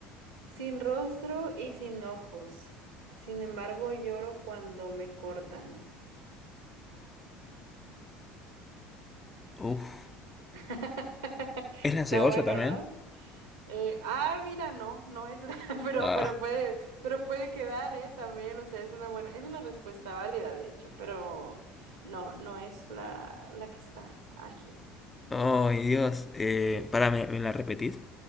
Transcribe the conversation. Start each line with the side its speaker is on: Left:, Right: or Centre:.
Right: Sin rostro y sin ojos. Sin embargo, lloro cuando me cortan.
Left: Uf.
Right: <laughs>
Left: ¿Es la
Right: Está
Left: cebolla
Right: bueno,
Left: también?
Right: ¿no? Eh, ah, mira, no, no es, <laughs> pero,
Left: Ah.
Right: pero puede, pero puede quedar, ¿eh? También, o sea, es una buena, es una respuesta válida, de hecho, pero no, no es la, la que está aquí.
Left: oh Dios. Eh, pará, ¿me, me la repetís?